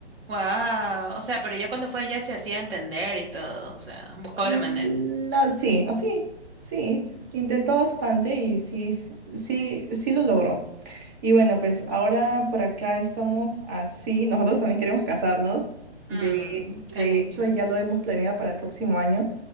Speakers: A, on the right; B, on the right.
A: Wow, o sea, pero ya cuando fue allá se hacía entender y todo, o sea, buscaba
B: La,
A: la manera.
B: sí, así, sí. Intentó bastante y sí, s- sí, sí lo logró. Y bueno, pues ahora por acá estamos así. Nosotros también queremos casarnos. De,
A: Mm,
B: de
A: qué lindo.
B: hecho, ya lo hemos planeado para el próximo año.